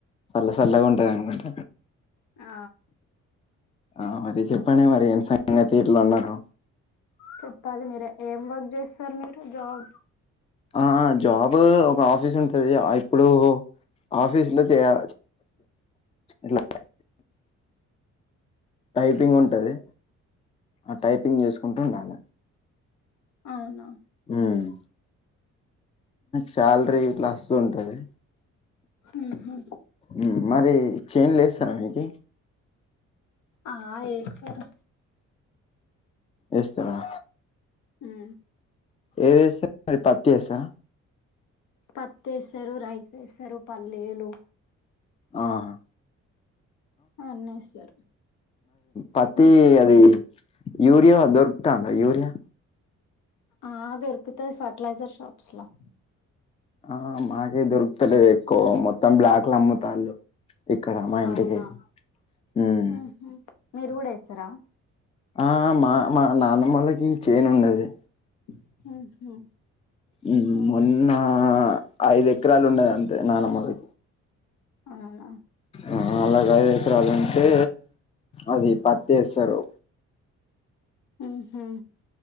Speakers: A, on the left (about 20°); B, on the left (about 80°).
A: సల్లసల్ల గుంటదన్మాట
B: ఆ
A: ఆ మరి చెప్పండి మరి ఏం సంగతిట్ల ఉన్నారు
B: చెప్పాలి మీరే ఏం వర్క్ చేస్తారు మీరు జాబ్
A: ఆ జాబ్ ఒక ఆఫీస్ ఉంటది ఇప్పుడు ఆఫీస్ లో చెయాల ఇట్ల టైపింగ్ ఉంటది ఆ టైపింగ్ చేసుకుంటూ ఉండాలె
B: అవునా
A: మ్మ్ శాలరీ ఇట్లాస్తు ఉంటది
B: ఊహు
A: మ్మ్ మరి చైన్ లేస్తారాడికి
B: ఆ ఏ సరు
A: ఏస్తరా
B: హ్మ్
A: ఏదేస్తా మరి పత్తేసా
B: పత్తేస్తరు రైస్ వేస్తరు పల్లీలు
A: ఆహా
B: అన్ని ఏస్తారు
A: పత్తి
B: మీ
A: అది యూరియా దొరుకుతాంద యూరియా
B: ఆ దొరుకుతాయి ఫర్టిలైజర్ షాప్స్ ల
A: ఆ మాకే దొరుకుతలేదెక్కువ మొత్తం బ్లాక్లు అమ్ముతాల్లు ఇక్కడ మా ఇంటికి
B: అవునా
A: మ్మ్
B: ఉహు మీరు గూడా ఏస్తరా
A: ఆ మా మా నాన్నమ్మొలకి చేను ఉండది
B: ఆహ
A: ఉహ్మ్ మొన్న ఐదు ఎకరాలు ఉండది అంతే నానమ్మవి.
B: అవునా
A: ఆ అలాగ ఐదు ఎకరాలు అంటే అది పత్ ఏస్తరు.
B: ఉహుహ్